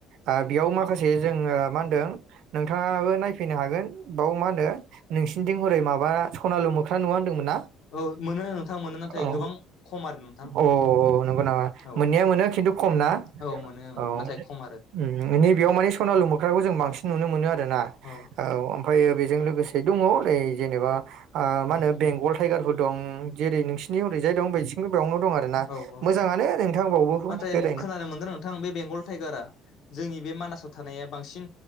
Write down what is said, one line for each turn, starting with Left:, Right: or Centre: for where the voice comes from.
Right: आ बेयाव माखासे जोङो मा होनदों नोंथाङाबो नायफैनो हागोन, बाव मा होनो नोंसिनिथिं हरै माबा सनालु मोख्रा नुवा होनदोंमोन ना
Left: औ मोनो नोंथां मोनो नाथाय
Right: औ
Left: गोबां खम आरो नोंथां
Right: औ नंगौ नामा
Left: औ
Right: मोननाया मोनो खिन्थु खम ना?
Left: औ मोनो ओं
Right: औ
Left: नाथाय खम आरो
Right: ओम नैबेयाव माने सनालु मोख्राखौ जों बांसिन नुनो मोनो आरोना
Left: औ
Right: औ ओमफ्रायो बेजों लोगोसे दङ ओरै जेनेबा ओ मा होनो बेंगल टाइगारफोर दं जेरै नोंसिनि ओरैजाय दं बिथिंबो बेयावनो दं आरो ना।
Left: औ औ
Right: मोजाङानो नोंथां बावबो
Left: नाथाय
Right: बेरायनो।
Left: खोनानो मोनदों नोंथां बे बेंगल टाइगारा जोंनि बे मानासाव थानाया बांसिन